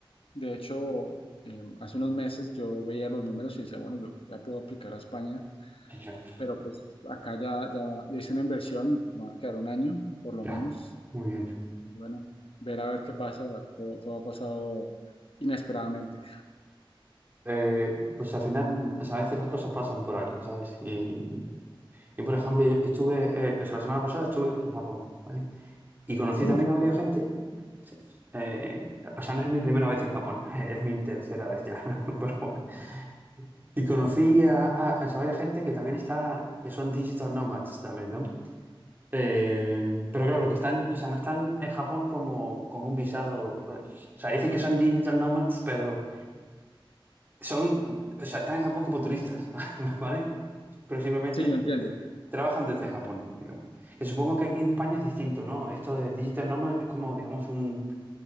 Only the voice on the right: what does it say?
Genial.
Ya,
muy bien.
Eh, pues al final, o sea, a veces las cosas pasan por algo, ¿sabes? Y Yo, por ejemplo, yo estuve, eh, o sea, la semana pasada estuve en Japón, ¿vale? Y conocí
también a varias gente. Sí. Eh, o sea, no es mi primera vez en Japón, <laughs> es mi tercera vez ya, <laughs> pero bueno. Y conocí a, a, o sea, varias gente que también está, que son digital nomads también, ¿no? Eh, pero claro, que están, o sea, no están en Japón como con un visado. O sea, dicen que son digital nomads, pero son, o sea, están en Japón como turistas, <laughs> ¿vale? Pero simplemente
te- trabajan desde Japón, digamos. Que supongo que aquí en España es distinto, ¿no? Esto de digital nomad es como, digamos, un,